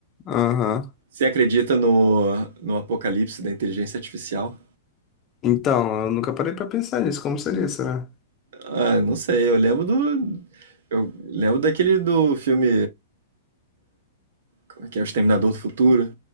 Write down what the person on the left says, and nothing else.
aham.
Então, eu nunca parei pra pensar nisso, como seria, será?